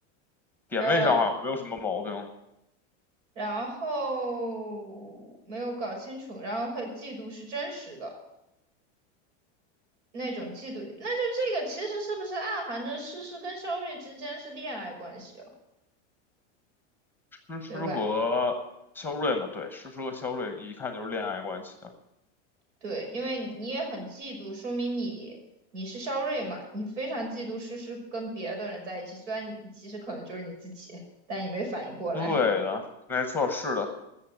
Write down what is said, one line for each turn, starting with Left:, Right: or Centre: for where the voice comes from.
Centre: 点位上好像没有什么毛病。
Right: 呃，然后没有搞清楚，然后和嫉妒是真实的那种嫉妒，那就这个其实是不是暗含着诗诗跟肖睿之间是恋爱关系了，
Centre: 诗诗和肖瑞嘛，
Right: 对吧？
Centre: 对，诗诗和肖瑞一看就是恋爱关系的。
Right: 对，因为你也很嫉妒，说明你你是肖睿嘛，你非常嫉妒诗诗跟别的人在一起，虽然你其实可能就是你自己，但你没反应过来。
Centre: 对的，没错，是的。